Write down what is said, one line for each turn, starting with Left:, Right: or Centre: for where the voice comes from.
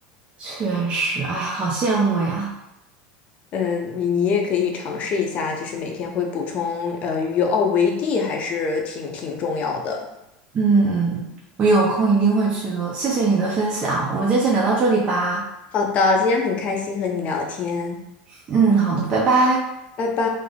Right: 确实，哎，好羡慕呀，
Left: 嗯，你你也可以尝试一下，就是每天会补充呃鱼油哦，维 D 还是挺挺重要的。
Right: 嗯，嗯我有空一定会去做，谢谢你的分享，我们今天先聊到这里吧，
Left: 好的，今天很开心和你聊天，
Right: 嗯，好的，拜拜。
Left: 拜拜。